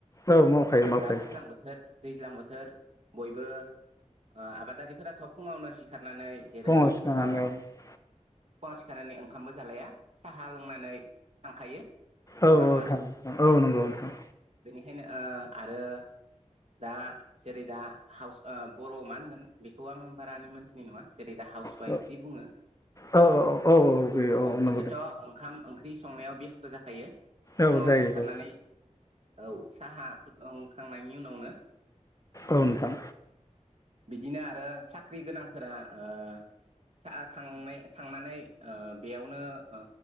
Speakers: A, on the left (about 25°); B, on the right (about 55°).
A: औ मावखायो मावखायो
B: दा दैज्लां बोथोर दैज्लां बोथोर बयबो ओ आबादारिफोराथ' फुंङावनो सिखार नानै जेरै
A: फुङाव
B: ओ
A: सिखारनानै औ
B: फुंङाव सिखारनानै ओंखामबो जालाया साहा लोंनानै थांखायो
A: औ
B: नङा होमबा
A: औ थांङो औ नंगौ नोंथां
B: बेनिखायनो ओ आरो दा जेरै दा हाउस बर' मा होनगोन बेखौ आं बारानि मोनथिनाय नंङा जेरै दा हाउस वाइफदि
A: औ
B: बुंङो
A: औ औ बे औ
B: अ बिसोरथ
A: नंगौ दे
B: ओंखाम ओंख्रि संनायाव बेस्थ जाखायो
A: औ
B: फुंङाव
A: जायो
B: सिखारनानै
A: जायो
B: औ साहा ओं खांनायनि उनावनो
A: औ नोंथां
B: बिदिनो आरो साख्रि गोनांफोरा ओ सा थांनाय थांनानै ओ बेयावनो ओ